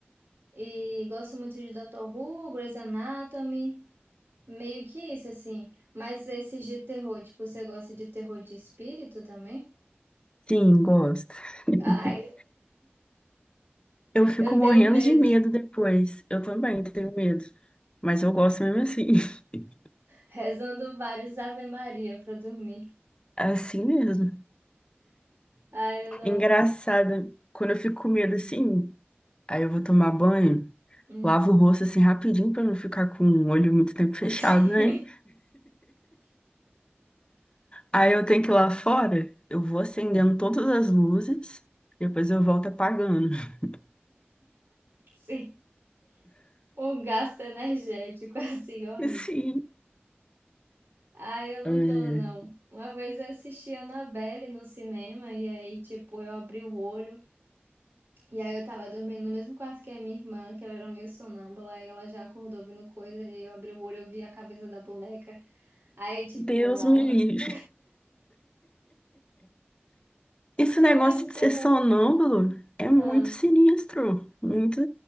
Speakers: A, on the right; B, on the left.
A: e gosto muito de Doutor Who, Grey's Anatomy, meio que isso, assim. Mas esses de terror, tipo, você gosta de terror de espírito também?
B: Sim, gosto. <laughs>
A: Ai,
B: Eu fico
A: eu tenho
B: morrendo
A: medo.
B: de medo depois. Eu também tenho medo. Mas eu gosto mesmo assim. <laughs>
A: rezando vários Ave Maria pra dormir.
B: Assim mesmo.
A: Ah, eu não.
B: Engraçado. Quando eu fico com medo assim, aí eu vou tomar banho,
A: Hum.
B: lavo o rosto assim rapidinho pra não ficar com o olho muito tempo fechado,
A: <laughs> Sim,
B: né? Aí eu tenho que ir lá fora, eu vou acendendo todas as luzes, depois eu volto apagando. <laughs>
A: sim. Um gasto energético <laughs> assim horrível.
B: E sim
A: Ah, eu não
B: é,
A: dou, não. Uma vez eu assisti a Annabelle no cinema e aí, tipo, eu abri o olho e aí eu tava dormindo no mesmo quarto que a minha irmã, que ela era meio sonâmbula e ela já acordou vendo coisa e eu abri o olho e eu vi a cabeça da boneca. Aí, tipo,
B: Deus
A: não.
B: me livre.
A: <laughs>
B: Esse
A: Filmes
B: negócio
A: de
B: de
A: terror
B: ser sonâmbulo
A: não é.
B: é muito
A: Ah.
B: sinistro. Muito.